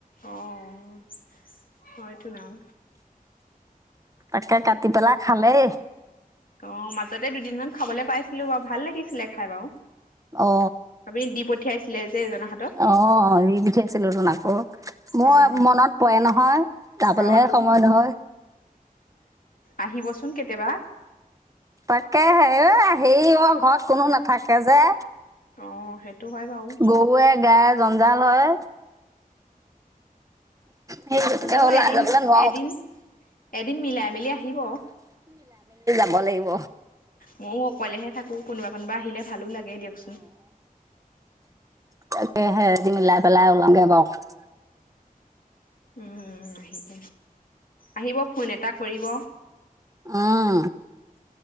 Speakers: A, on the left; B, on the right.
A: অঁ হয়তো নাম
B: তাকে কাটি পেলাই খালেই
A: অ মাজতে দুদিনমান খাবলৈ পাইছিলো বাৰু ভাল লাগিছিলে খাই বাৰু
B: অ
A: আপুনি দি পঠিয়াইছিলে যে এজনৰ হাতত
B: অ দি পঠাইছিলো আছিলিলোঁনাক মোৰ
A: অ',
B: মনত পৰে নহয় যাবলেহে
A: অ', তো
B: সময় নহয়
A: আহিবচোন কেতিয়াবা
B: তাকে হে হেৰি অ ঘৰত কোনো নাথাকে যে
A: অ সেইটো হয় বাৰু
B: গৰুৱে গায়ে জঞ্জাল হয় সেই গতিকে
A: হলেও
B: ওলাই
A: এদিন
B: যাবলৈ নোৱাৰো
A: এদিন এদিন মিলাই মেলি আহিব
B: কাব লাগিব
A: ময়ও অকলেহে থাকো কোনোবা কোনোবা আহিলে ভালো লাগে দিয়কচোন
B: তাকে সেহতি মিলাই পেলাই ওলামগে বাৰু
A: উম আহিব আহিব ফোন এটা কৰিব
B: উম,